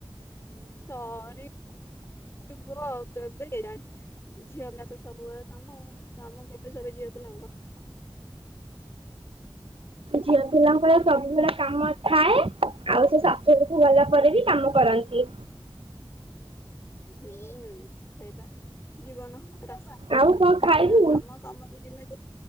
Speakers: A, on the left (about 30°); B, on the right (about 85°).
A: ସରି ବ କେବେ କେଜାଣି। ଝିଅ ହେଲା ତ ସବୁବେଳେ କାମ କାମ କେବେ ସରେ ଝିଅ ପିଲାଙ୍କ
B: ଝିଅ ପିଲାଙ୍କ ର ସବୁବେଳେ କାମ ଥାଏ। ଆଉ ସେ ଶାଶୁଘରକୁ ଗଲା ପରେ ବି କାମ କରନ୍ତି
A: ହୁଁ ସେଇପା ଜୀବନ <unintelligible>
B: ଆଉ କଣ ଖାଇବୁ
A: କାମ କାମ ତ ଜୀବନ-